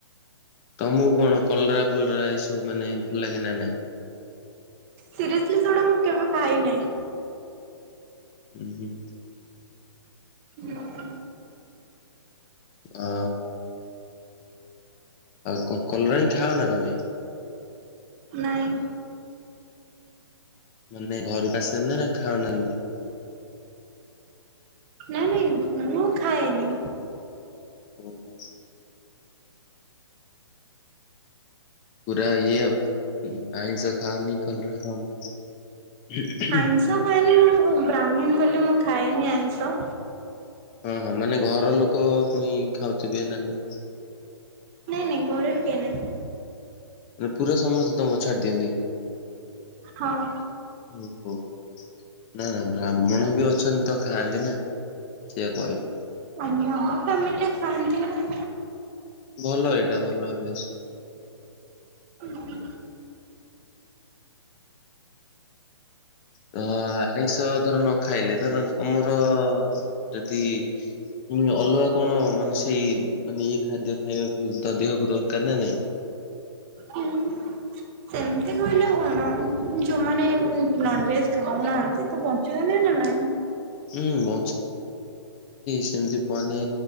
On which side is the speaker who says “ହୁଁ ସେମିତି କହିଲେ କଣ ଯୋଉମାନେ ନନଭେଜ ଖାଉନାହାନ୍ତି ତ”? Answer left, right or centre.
Right